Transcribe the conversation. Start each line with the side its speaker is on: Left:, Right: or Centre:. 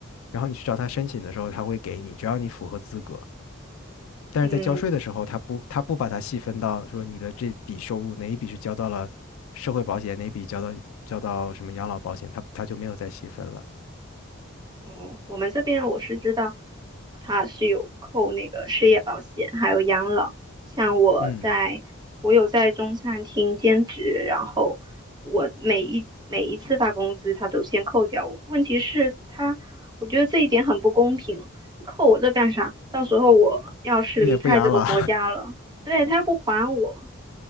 Left: 然后你去找他申请的时候，他会给你，只要你符合资格。但是在交税的时候，
Right: 嗯。
Left: 他不他不把它细分到说你的这笔收入哪一笔是交到了社会保险，哪一笔交到交到什么养老保险，他他就没有再细分了。
Right: 哦，我们这边我是知道，他是有扣那个失业保险，还有养老。像我在，
Left: 嗯，
Right: 我有在中餐厅兼职，然后我每一每一次发工资，他都先扣掉我。问题是他，我觉得这一点很不公平，扣我这干啥？到时候我要是离开这个国家了，
Left: 你也不养老，
Right: 对，他又不还我，